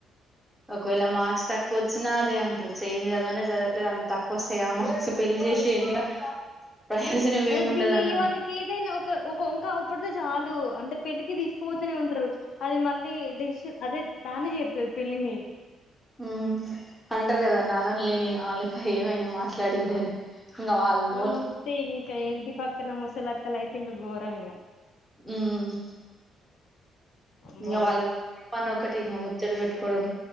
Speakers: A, in the centre; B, on the left.
A: ఒకవేళ మార్క్స్ తక్కువ వచ్చినా అదే అంటారు చే ఏం చదవనే చదవలేదు అంత తక్కువ వస్తాయి ఆ మార్క్స్ పెళ్లి చేసేయండిగా ప్రయోజనం ఏమి
B: అ
A: ఉండదు
B: బి ఇ
A: అన్న
B: ఇ వాళ్ళకి ఏదైనా ఒక ఒక వంకా ఒకప్పుటిదే చాలు అంటే పెళ్లికి తీసుకుపోతనే ఉంటారు అది మళ్ళీ డిష్ అదే దాన్ని చేరుతుంది పెళ్లిని
A: మ్ అంటారు కదా నరం లేనీ నాలుక ఏమైనా మా ట్లాడిదని ఇంకా వాళ్ళ నోటి
B: అంతే ఇంకా ఇంటి పక్కన ముసలక్కలు అయితే ఇంకా గోరం ఇగ
A: ఉమ్
B: అమ్మో
A: ఇంగ వాళ్ళ ప ఒకటె ఇంకా ముచ్చడి పెట్టుకోవడం